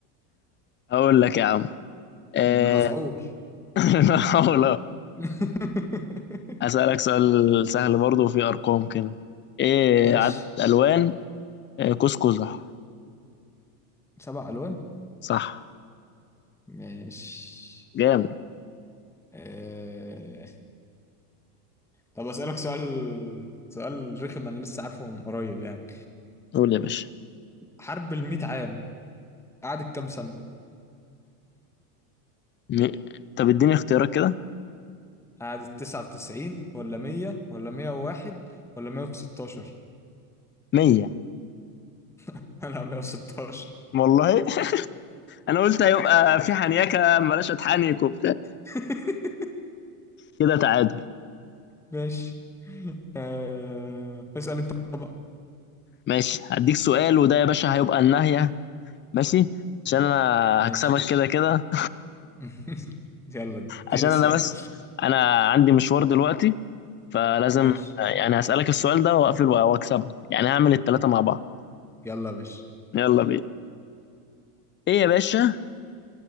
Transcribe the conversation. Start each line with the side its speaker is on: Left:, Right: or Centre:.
Left: اقول لك يا عم آه،
Centre: <laughs> بالمفعول
Left: <laughs> أقول اه
Centre: <laughs>
Left: اسالك سؤال سهل برضه وفيه ارقام كده ايه
Centre: ماشي
Left: عدد الوان آه، قوس قزح
Centre: سبع ألوان
Left: صح
Centre: ماشي
Left: جامد
Centre: أه... طب أسألك سؤال سؤال رخم أنا لسه عارفه من قريب يعني
Left: قول يا باشا
Centre: حرب الميت عام قعدت كام سنة؟
Left: م- طب اديني اختيارات كده
Centre: قعدت تسعة وتسعين ولا مية ولا مية وواحد ولا مية وستاشر؟
Left: 100
Centre: <laughs> أنا مية وستاشر
Left: والله <laughs> انا قلت هيبقى في حنيكه بلاش اتحنك وبتاع
Centre: <laughs>
Left: كده تعادل
Centre: ماشي أه... اسأل أنت بقى
Left: ماشي هديك سؤال وده يا باشا هيبقى النهايه ماشي عشان انا
Centre: ماشي
Left: هكسبك كده كده
Centre: <laughs> يلا اديني
Left: <laughs> عشان
Centre: السؤال
Left: انا بس انا عندي مشوار دلوقتي فلازم
Centre: ماشي
Left: يعني هسألك السؤال ده واقفل واكسبك يعني هعمل التلاتة مع بعض
Centre: يلا يا باشا
Left: يلا بينا ايه يا باشا